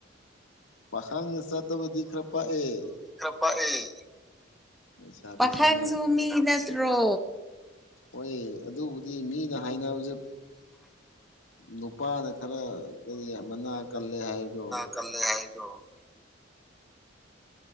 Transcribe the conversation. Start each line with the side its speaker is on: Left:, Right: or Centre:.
Left: ꯄꯥꯈꯪꯅ ꯆꯠꯇꯕꯗꯤ ꯈꯔ ꯄꯛꯑꯦ
Centre: ꯄꯛꯑ ꯦ
Left: ꯂꯩꯁꯥꯕꯤꯁꯤꯡꯅ
Centre: ꯄꯥꯈꯪꯁꯨ ꯃꯤ ꯅꯠꯇ꯭ꯔꯣ
Left: ꯍꯣꯏ ꯑꯗꯨꯕꯨꯗꯤ ꯃꯤꯅ ꯍꯥꯏꯅꯕꯁꯦ ꯅꯨꯞ ꯅꯨꯄꯥꯅ ꯈꯔ ꯀꯔꯤ ꯃꯅꯥ ꯀꯜꯂꯦ ꯍꯥꯏꯗꯣ
Centre: ꯀꯜꯂꯦ ꯍꯥꯏꯗꯣ